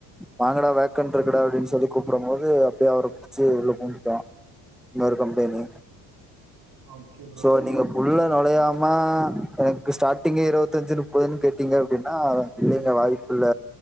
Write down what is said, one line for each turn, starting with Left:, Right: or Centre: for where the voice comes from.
Centre: வாங்கடா வேக்கண்ட் இருக்குடா அப்டின்னு சொல்லி கூப்ட போது அப்பயே அவர புடிச்சி உள்ள பூந்தூட்டோ இன்னொரு company
Right: okay bro
Centre: so
Right: okay
Centre: நீங்க
Right: ப்ரோ
Centre: உள்ள நொழையாம மா எனக்கு ஸ்டார்ட்டிங்கே இருபத்தஞ்சு முப்பதுன்னு கேட்டீங்க அப்டின்னா சென்னைல வாய்ப்பில்ல